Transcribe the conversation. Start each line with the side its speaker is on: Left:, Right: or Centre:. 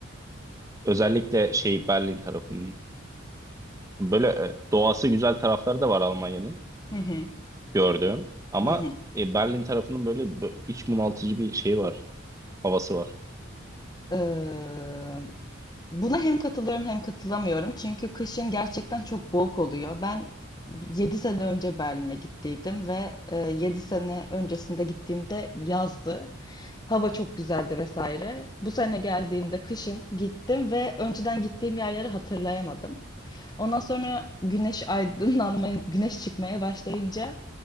Right: Özellikle şey Berlin tarafının. Böyle e, doğası güzel tarafları da var Almanya'nın
Left: Hı hı.
Right: gördüğüm. Ama
Left: Hı hı.
Right: e, Berlin tarafının böyle bö- iç bunaltıcı bir şeyi var. Havası var.
Left: Ee, Buna hem katılıyorum hem katılamıyorum. Çünkü kışın gerçekten çok boğuk oluyor. Ben 7 sene önce Berlin'e gittiydim ve e, 7 sene öncesinde gittiğimde yazdı. Hava çok güzeldi vesaire. Bu sene geldiğimde kışın gittim ve önceden gittiğim yerleri hatırlayamadım. Ondan sonra güneş aydınlanmaya, güneş çıkmaya başlayınca